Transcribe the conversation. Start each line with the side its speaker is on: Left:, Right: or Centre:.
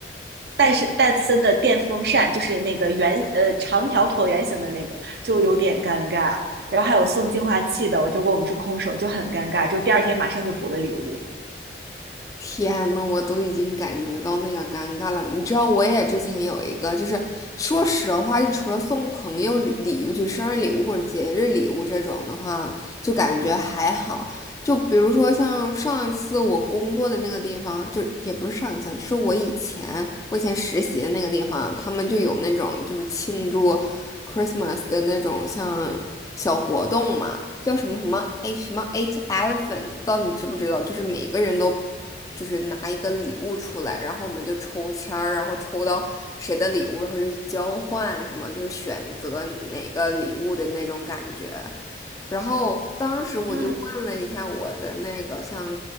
Right: 戴森戴森的电风扇，就是那个圆呃长条椭圆形的那个，就有点尴尬。然后还有送净化器的，我就问我们是空手，就很尴尬，就第二天马上就补了礼物。
Left: 天呐，我都已经感觉到那个尴尬了。你知道，我也之前有一个，就是说实话，就除了送朋友礼礼物，就是生日礼物或者节日礼物这种的话，就感觉还好。就比如说像上一次我工作的那个地方，就也不是上一次，就是我以前我以前实习的那个地方，他们就有那种就是庆祝 Christmas 的那种像小活动嘛，叫什么什么哎什么 Eight Elephant，不知道你知不知道？就是每个人都就是拿一个礼物出来，然后我们就抽签儿，然后抽到谁的礼物，然后就交换什么，就是选择哪个礼物的那种感觉。然后当时我就问了一下我的那个像
Right: 嗯，